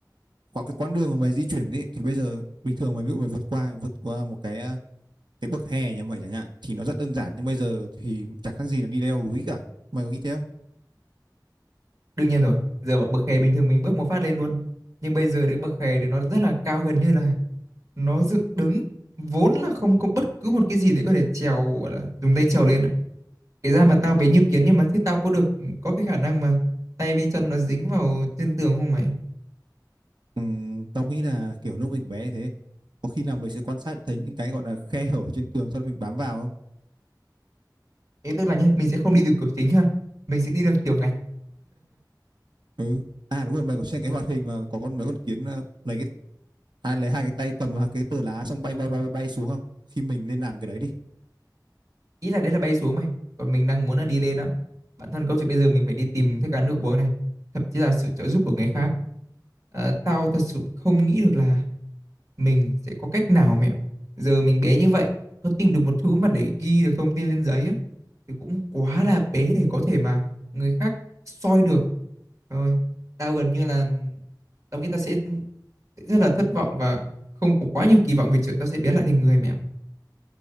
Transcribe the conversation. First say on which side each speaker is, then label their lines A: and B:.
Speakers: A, on the right; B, on the right.
A: khoảng cái quãng đường mà mày di chuyển ấy thì bây giờ bình thường mày ví dụ mày vượt qua vượt qua một cái ờ, cái bậc hè nhà mày chẳng hạn thì nó rất đơn giản nhưng bây giờ thì chẳng khác gì là đi leo núi cả mày có nghĩ thế không
B: Đương nhiên rồi, giờ bậc bậc hè bình thường mình bước một phát lên luôn. Nhưng bây giờ đến bậc hè thì nó rất là cao gần như là nó dựng đứng. Vốn là không có bất cứ một cái gì để có thể trèo gọi là dùng tay trèo lên ạ. Kể ra mà tao bé như kiến nhưng mà thế tao có được có cái khả năng mà tay với chân nó dính vào trên tường không mày?
A: Ừm, tao nghĩ là kiểu lúc mình bé thế có khi nào mình sẽ quan sát thấy những cái gọi là khe hở trên tường cho nên mình bám vào không
B: Thế tức là nhé, mình sẽ không đi đường cửa chính ha. Mình sẽ đi đường tiểu ngạch.
A: ừ à đúng rồi mày có xem cái hoạt hình mà có con mấy con kiến ờ, lấy cái hai lấy hai cái tay cầm vào cái tờ lá xong bay bay bay bay, bay xuống không khi mình lên làm cái đấy đi
B: ý là đấy là bay xuống mày còn mình đang muốn là đi lên á bản thân câu chuyện bây giờ mình phải đi tìm thức ăn nước uống này thậm chí là sự trợ giúp của người khác Ờ, tao thật sự không nghĩ được là mình sẽ có cách nào mẹ giờ mình bé như vậy có tìm được một thứ mà để ghi được thông tin lên giấy á thì cũng quá là bé để có thể mà người khác soi được rồi tao gần như là tao nghĩ tao sẽ, sẽ rất là thất vọng và không có quá nhiều kỳ vọng về chuyện tao sẽ biến lại thành người mẹ